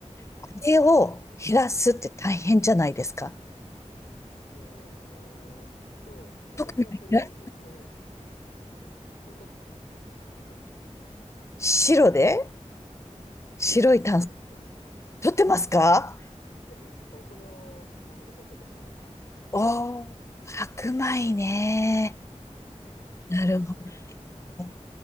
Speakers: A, on the left; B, on the left.
A: はい。
B: あれを減らすって大変じゃないですか。
A: えーっと、私はそれをむしろ、
B: 特に減ら
A: あの、たくさん取ってるんです。
B: 白で白い炭水、
A: 白で取ってます。
B: 取ってますか
A: 取ってます。お米を、あの、めちゃくちゃ食ってます。
B: おー、白米ね。
A: はい。
B: なるほ
A: あのー
B: ど。